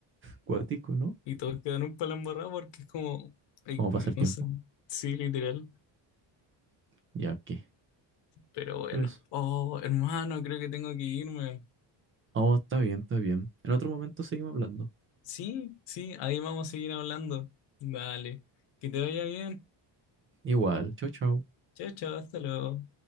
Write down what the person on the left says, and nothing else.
Y todos quedaron para la embarrada porque es como, ay,
eh,
no
sé, sí, literal.
Pero bueno.
Oh, hermano, creo que tengo que irme.
Sí, sí, ahí vamos a seguir hablando. Vale, que te vaya bien.
Chao, chao, hasta luego.